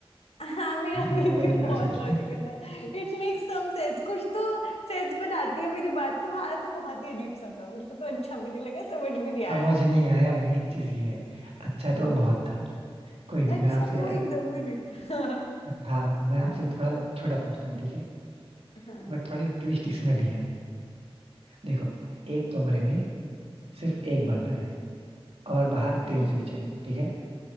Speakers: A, on the left; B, on the right.
A: हाँ मेरा <laughs> फिर
B: ये अगर
A: भी बहुत
B: लॉजिकल
A: लॉजिकल था इट मेक्स सम सेंस कुछ तो सेंस बनाती है मेरी बात तुम्हारा तो बहुत ही अजीब सा था मेरे को तो अच्छा भी नहीं लगा समझ
B: <laughs>
A: भी नहीं आया
B: समझ नहीं आया मेन चीज ये है अच्छा तो बहुत था कोई नहीं
A: अच्छा
B: मैं आपसे
A: तो वो
B: अ,
A: एकदम भी नहीं था
B: था मैं आपसे थोड़ा छोटा पूछता हूँ ठीक है
A: हाँ
B: बट थोड़ा ट्विस्ट इसमें भी है देखो एक कमरे में सिर्फ एक बल्ब है और बाहर
A: हम्म
B: तीन स्विच है ठीक है